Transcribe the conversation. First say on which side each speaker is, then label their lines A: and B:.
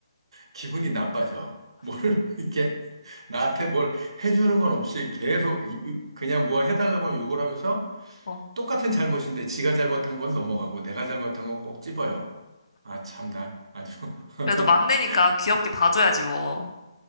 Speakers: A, on the right; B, on the left.
A: 기분이 나빠져. 뭐를 <laughs> 이렇게 나한테 뭘 해주는 건 없이 계속 이- 이- 그냥 뭘 해달라고 하면 욕을 하면서
B: 어.
A: 똑같은 잘못인데 지가 잘못한 건 넘어가고 내가 잘못한 건 꼭 찝어요. 아, 참, 나 아주. <laughs>
B: 그래도 막내니까 귀엽게 봐줘야지 뭐.